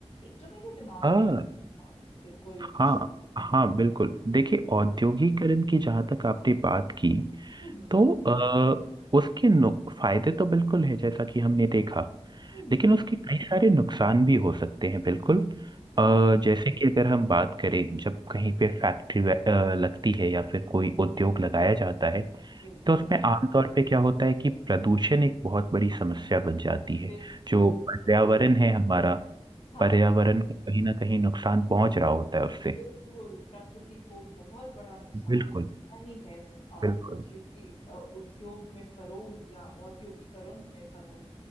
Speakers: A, on the left; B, on the right.
A: एक जो मेरे दिमाग
B: हाँ
A: में अ, बिल्कुल
B: हाँ
A: शुरू
B: हाँ
A: में
B: बिल्कुल देखिए औद्योगिकरण की जहाँ तक आपने बात की
A: हम्म
B: तो अ, उसके नु- फायदे तो बिल्कुल है जैसा कि हमने देखा
A: हम्म
B: लेकिन उसके कई सारे नुकसान भी हो सकते हैं बिल्कुल
A: हम्म
B: अ,
A: हम्म,
B: जैसे कि अगर हम बात करें जब कहीं पे फैक्ट्री लगती है या फिर कोई उद्योग लगाया जाता है
A: बिल्कुल
B: तो उसमें आमतौर पे क्या होता है कि प्रदूषण एक बहुत बड़ी समस्या बन जाती है
A: बिल्कुल
B: जो
A: बिल्कुल
B: पर्यावरण है हमारा
A: हाँ
B: पर्यावरण को कहीं ना कहीं नुकसान पहुंच रहा होता है उससे
A: बिल्कुल प्रकृति को बहुत बड़ा नुकसान
B: बिल्कुल
A: रहता ही है अम,
B: बिल्कुल
A: उद्योग की अ, उद्योग में फरोग या औद्योगिकरण में फरोग